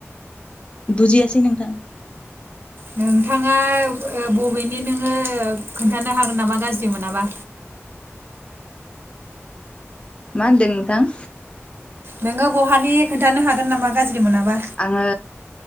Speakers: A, on the left; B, on the right.
A: बुजियासै नोंथां।
B: नोंथाङा बबेनि नोङो खोन्थानो हागोन नामा गाज्रि मोनामा।
A: मा होनदों नोंथां।
B: नोङो बहानि खोन्थानो हागोन नामा गाज्रि मोनाबा?
A: आङो